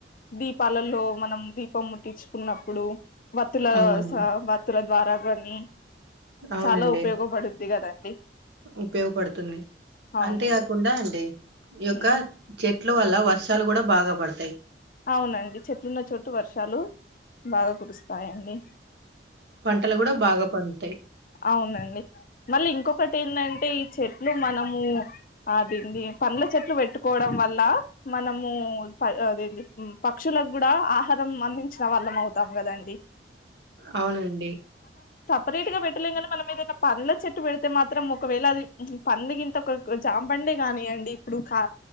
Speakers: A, on the left (about 45°); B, on the right (about 65°).
A: దీపాలలో మనం దీ కొ ముటించుకున్నప్పుడు వత్తుల
B: అవునండి.
A: స వత్తుల ద్వారా కానీ
B: అవునండి.
A: చాలా ఉపయోగపడుద్ది కదండి
B: ఉపయోగపడుతుంది.
A: అవునండి
B: అంతేకాకుండా అంటే ఈ యొక్క
A: ఉమ్,
B: చెట్ వల్ల వర్షాలు కూడా బాగా పడతాయి.
A: అవునండి చెట్లున్న చోటు వర్షాలు బాగా కురుస్తాయండి
B: పంటలు గూడా బాగా పండుతాయి.
A: అవునండి. మళ్ళీ ఇంకొకటి, ఏంటంటే ఈ చెట్లు మనము అదేంది పండ్ల చెట్లు పెట్టుకోవడం వల్ల మనము అదేంది పక్షులకు కూడా ఆహారం అందించిన వాళ్ళం అవుతాం. కదండి.
B: అవునండి
A: పేట్ గా పెట్టలే కాని మనం ఏదైనా పండ్ల చెట్టు పెడితే మాత్రం ఒకవేళ అది పం గంత జాంపండే, కాని అండి ఇప్పుడు కా